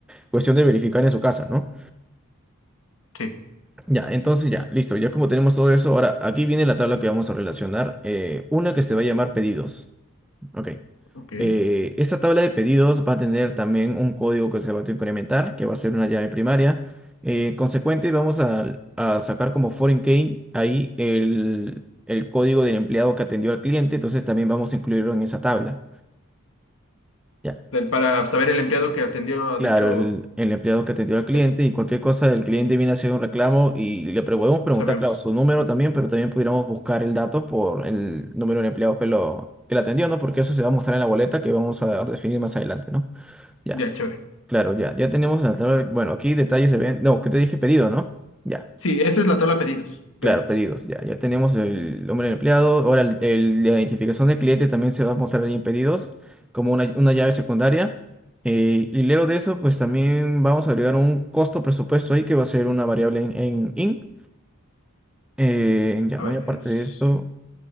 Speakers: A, in the centre; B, on the left.
A: cuestión de verificar en su casa, ¿no?
B: Sí,
A: Ya, entonces ya, listo. Ya como tenemos todo eso, ahora aquí viene la tabla que vamos a relacionar. eh, una que se va a llamar pedidos. Ok.
B: ok.
A: Eh, esta tabla de pedidos va a tener también un código que se va a incrementar, que va a ser una llave primaria. Eh, consecuente, vamos a, a sacar como foreign key ahí el, el código del empleado que atendió al cliente, entonces también vamos a incluirlo en esa tabla. Ya,
B: Del- Para saber el empleado que atendió ha
A: claro,
B: dicho,
A: el, el empleado que atendió al cliente
B: ya,
A: y cualquier cosa del cliente
B: cliente,
A: viene a hacer un reclamo y le pre- podemos preguntar,
B: sabemos.
A: claro, su número también, pero también pudiéramos buscar el dato por el número del empleado que lo, que lo atendió, ¿no? Porque eso se va a mostrar en la boleta que vamos a definir más adelante, ¿no? Ya.
B: Ya, chévere.
A: Claro, ya, ya tenemos la tabla. Bueno, aquí detalles se ven. No, que te dije pedido, ¿no? Ya,
B: Sí, esta es la tabla pedidos,
A: claro,
B: pedidos.
A: pedidos. Ya, ya tenemos el nombre del empleado. Ahora, el, el- la identificación del cliente también se va a mostrar ahí en pedidos, como una, una llave secundaria. Eh, y luego de eso, pues también vamos a agregar un costo presupuesto ahí que va a ser una variable en, en INC. Eh, ya,
B: A
A: muy
B: ver,
A: aparte
B: es...
A: de esto,